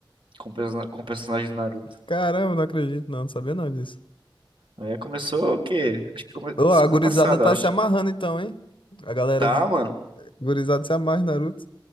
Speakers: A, on the right (about 75°); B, on the left (about 75°).
A: com, perso- com personagem do Naruto.
B: Caramba, não acredito não, não sabia não disso.
A: É, começou o quê? Acho que come...
B: Ô,
A: semana
B: a gurizada
A: passada,
B: tá
A: eu acho.
B: se amarrando então, hein? A galera
A: Tá,
B: z-
A: mano.
B: gurizada se amarra em Naruto.